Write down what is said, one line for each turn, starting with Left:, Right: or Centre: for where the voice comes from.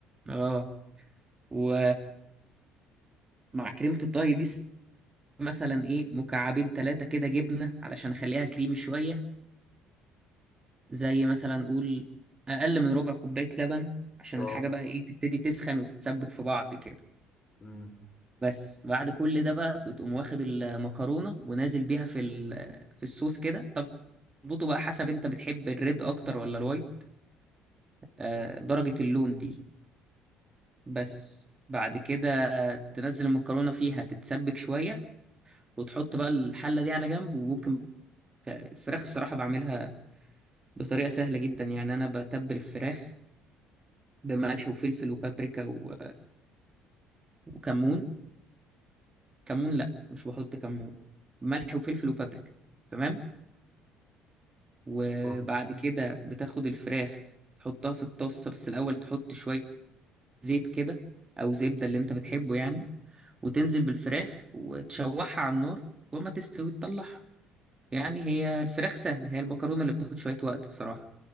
Right: اه و مع كريمة الطهي دي س- مثلا ايه مكعبين ثلاثة كده جبنة علشان اخليها كريمي شوية زي مثلا قول اقل من ربع كوباية لبن عشان
Left: اه
Right: الحاجة بقى ايه تبتدي تسخن وتتسبك في بعض كده
Left: امم
Right: بس بعد كل ده بقى بتقوم واخد المكرونة ونازل بيها في ال- في الصوص كده تظبطه بقى حسب انت بتحب الريد اكتر ولا الوايت آه، درجة اللون دي بس بعد كده تنزل المكرونة فيها تتسبك شوية وتحط بقى الحلة دي على جنب وممكن الفراخ الصراحة بعملها بطريقة سهلة جدا يعني أنا بتبل الفراخ بملح وفلفل وبابريكا و... وكمون كمون لأ مش بحط كمون ملح وفلفل وبابريكا تمام وبعد
Left: آه.
Right: كده بتاخد الفراخ تحطها في الطاسة بس الأول تحط شوية زيت كده أو زبدة اللي أنت بتحبه يعني وتنزل بالفراخ وتشوحها على النار وما تستوي تطلعها يعني هي الفراخ سهلة هي المكرونة اللي بتاخد شوية وقت بصراحة